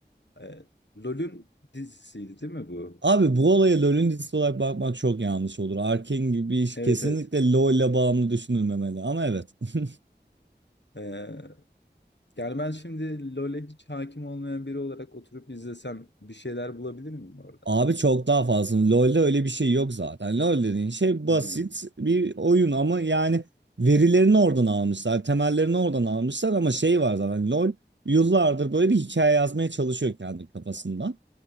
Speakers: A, on the left; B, on the right.
A: e, LoL'ün dizisiydi değil mi bu?
B: Abi bu olaya LoL'ün dizisi olarak bakmak çok yanlış olur. Arcane gibi bir iş
A: Evet
B: kesinlikle
A: evet.
B: LoL ile bağımlı düşünülmemeli. Ama evet. <laughs>
A: E, yani ben şimdi LoL'e hiç hakim olmayan biri olarak oturup izlesem bir şeyler bulabilir miyim orada?
B: Abi çok daha fazla. LoL'de öyle bir şey yok zaten. LoL dediğin şey basit
A: Hmm.
B: bir oyun ama yani verilerini oradan almışlar, temellerini oradan almışlar ama şey var zaten LoL yıllardır böyle bir hikaye yazmaya çalışıyor kendi kafasında.